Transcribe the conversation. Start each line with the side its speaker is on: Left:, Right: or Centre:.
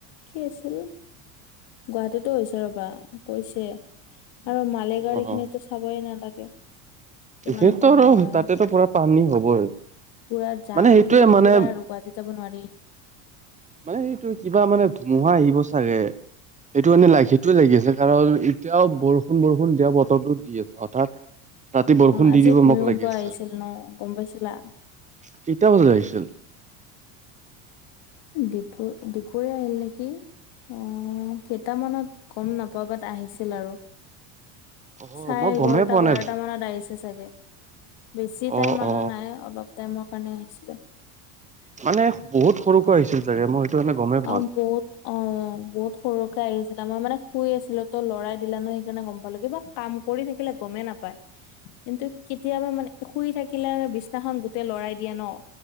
Left: কি আছিল গুৱাহাটীতো হৈছে ৰ'বা কৈছে। আৰু মালিগাঁওৰ
Right: অ
Left: এইখিনিটো
Right: অ
Left: চাবই নালাগে। কিমান
Right: <unintelligible>
Left: পানী হয়
Right: তাতেটো পুৰা পানী হ'বই।
Left: পুৰা জাম।
Right: মানে সেইটোয়ে
Left: এইকেইদিন
Right: মানে
Left: পুৰা আৰু গুৱাহাটী যাব নোৱাৰি।
Right: মানে এইটো কিবা মানে ধুমুহা আহিব চাগে। সেইটো মানে লাগি সেইটোৱে লাগি আছে। কাৰণ এতিয়াও বৰষুণ বৰষুণ দিয়া বতৰটোত দি আছে। হঠাৎ ৰাতি বৰষুণ
Left: আজি
Right: দি দিব
Left: ভূমিকম্প
Right: মোক লাগি আছিল
Left: আহিছিল ন, গম পাইছিলা?
Right: কেইটা বজাত আহিছিল
Left: দুপুৰ দুপৰীয়া আহিল নেকি? অ কেইটামানত গম নাপাও। বাট আহিছিল আৰু।
Right: অ
Left: চাৰে
Right: মই
Left: এঘাৰটা
Right: গমেই পোৱা
Left: বাৰট
Right: নাই
Left: মানত আহিছে চাগে। বেছি টাইম
Right: অ
Left: আহা
Right: অ
Left: নাই, অলপ টাইমৰ কাৰণে আহিছিলে।
Right: মানে বহুত সৰুকৈ আহিছিল চাগে? মই কাৰণে গমেই পোৱা
Left: অ,
Right: নাই
Left: বহুত অ। অ বহুত সৰুকে আহিছিলে। আমাৰ মানে শুই আছিলো তো লৰাই দিলে ন সেইকাৰণে গম পালো। কিবা কাম কৰি থাকিলে গমেই নাপায়। কিন্তু কেতিয়াবা মানে শুই থাকিলে বিছনাখন গোটেই লৰাই দিয়ে ন।